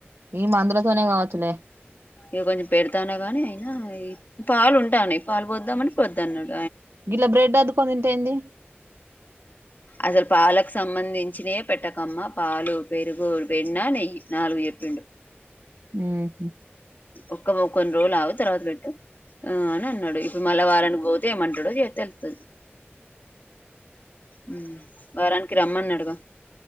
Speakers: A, on the right (about 75°); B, on the left (about 45°).
A: ఈ మందులతోనే కావచ్చలే
B: ఇక కొంచెం పెడతానా కాని అయినా ఈ పాలు ఉంటానయి పాలు పోద్దామని వద్దు అన్నాడు
A: గిలా బ్రెడ్ అద్దుకోని తింటే ఏంది
B: అసలు పాలకు సంబంధించినయే పెట్టకమ్మ, పాలు పెరుగు, వెన్న, నెయ్యి నాలుగు చెప్పిండు
A: ఉహు
B: ఒక కొన్ని రోజులు అగు తర్వాత పెట్టు ఆ అని అన్నాడు ఇప్పుడు మళ్ళ వారనికి పోతే ఏమంటాడో చే తేళ్తది
A: <inaudible>
B: ఉమ్ వారానికి రమ్మనాడుగా